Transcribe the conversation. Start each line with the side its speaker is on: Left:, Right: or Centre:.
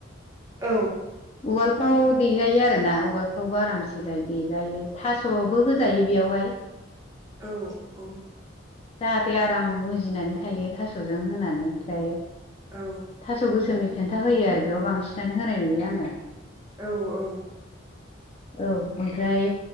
Right: औ
Left: अलफाव देेजायो आरो ना उवालफ्रावबो आरामसे जायो देजायो थास'बो होजायो बेयावहाय
Right: औ औ।
Left: जाहाथे आराम मुजिनानै थायो थास'जों होनानै ओमफ्राय
Right: औ
Left: थास' गोसोमनि खिन्था होयो आरो बेयाव बांसिनानो होनाय नुयो आङो
Right: औ औ
Left: औ ओमफ्राय